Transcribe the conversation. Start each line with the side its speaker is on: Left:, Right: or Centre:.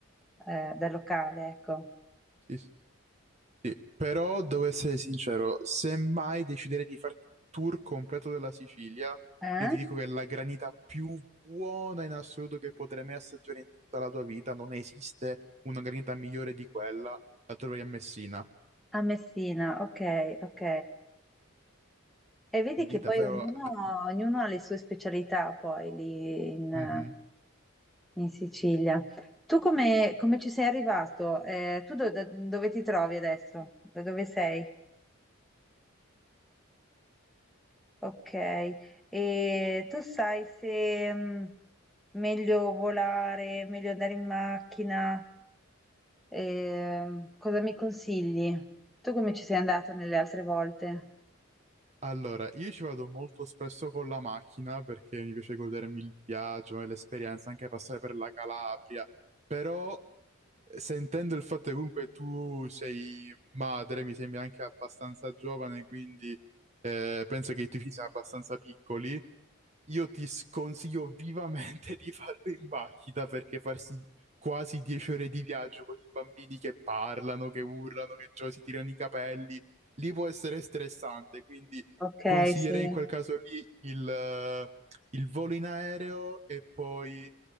Centre: eh, da locale, ecco.
Right: Sì, sì. Sì. Però devo essere sincero, se mai deciderei di farti un tour completo della Sicilia, io
Centre: Eh?
Right: ti dico che la granita più buona in assoluto che potrai mai assaggiare in tutta la tua vita, non esiste una granita migliore di quella, la troverai a Messina.
Centre: A Messina, ok, ok. E vedi
Right: lì
Centre: che
Right: davvero...
Centre: poi ognuno,
Right: la- granita.
Centre: ognuno ha le sue specialità poi lì in,
Right: Mhm.
Centre: in Sicilia. Tu come, come ci sei arrivato? Eh, tu do- da- dove ti trovi adesso? Da dove sei? Ok. E tu sai se mm, meglio volare, meglio andare in macchina? Ehm, cosa mi consigli? Tu come ci sei andato nelle altre volte?
Right: Allora, io ci vado molto spesso con la macchina perché mi piace godermi il viaggio e l'esperienza, anche passare per la Calabria, però eh, sentendo il fatto che comunque tu sei madre, mi sembri anche abbastanza giovane, quindi eh, penso che i tuoi figli siano abbastanza piccoli, Io ti sconsiglio vivamente di farlo in macchina perché farsi quasi 10 ore di viaggio con i bambini che parlano, che urlano, che già si tirano i capelli, lì può essere stressante, quindi
Centre: Ok,
Right: consiglierei
Centre: sì.
Right: in quel caso lì il, eh, il volo in aereo e poi